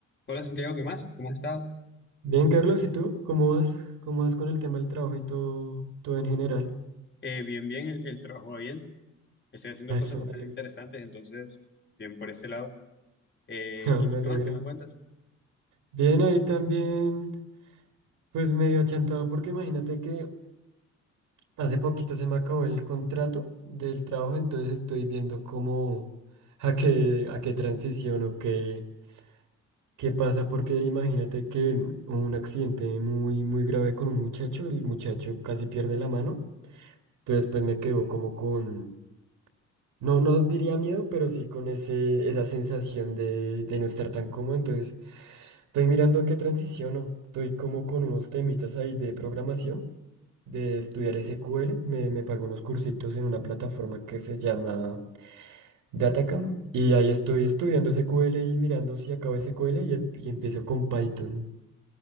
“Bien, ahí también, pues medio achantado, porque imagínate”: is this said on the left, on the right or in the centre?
Right